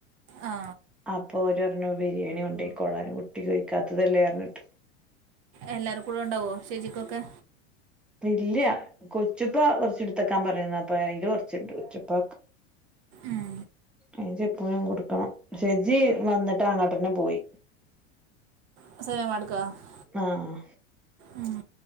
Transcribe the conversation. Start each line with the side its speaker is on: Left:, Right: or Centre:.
Right: ആ
Centre: അപ്പൊ ഓരറിഞ്ഞോ ബിരിയാണി കൊണ്ട പോയിക്കോളാനും കുട്ടിക്കഴിക്കാത്തതല്ലോയിറിഞ്ഞിട്ട്
Right: എല്ലാരും കൂടെ ഉണ്ടാവോ ശേചിക്കൊക്കെ
Centre: ഇല്ല കൊച്ചുപ്പ കുറച്ച് എടുത്തക്കാൻ പറയുന്ന അപ്പ അതില് കൊറച്ചുണ്ട് കൊച്ചുപ്പാക്ക്
Right: ആഹ്
Centre: <unintelligible> കൊടുക്കണം പക്ഷെ ജി വന്നിട്ട് അങ്ങോട്ട് തന്നെ പോയി
Right: <unintelligible>
Centre: ആഹ്
Right: ഉം